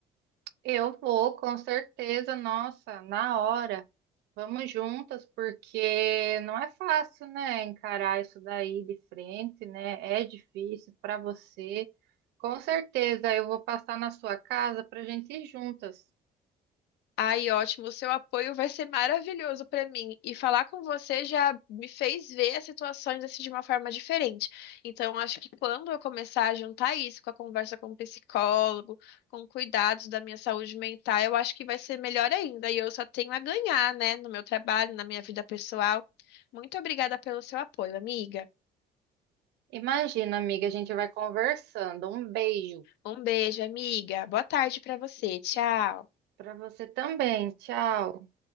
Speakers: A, on the right; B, on the left.
A: Eu vou, com certeza, nossa, na hora. Vamos juntas, porque não é fácil, né, encarar isso daí de frente, né? É difícil para você. Com certeza, eu vou passar na sua casa para a gente ir juntas.
B: Ai, ótimo, o seu apoio vai ser maravilhoso para mim. E falar com você já me fez ver as situações assim de uma forma diferente. Então, acho que quando eu começar a juntar isso com a conversa com o psicólogo, com cuidados da minha saúde mental, eu acho que vai ser melhor ainda. E eu só tenho a ganhar, né, no meu trabalho, na minha vida pessoal. Muito obrigada pelo seu apoio, amiga.
A: Imagina, amiga, a gente vai conversando. Um beijo
B: Um beijo, amiga. Boa tarde para você. Tchau.
A: para você também. Tchau.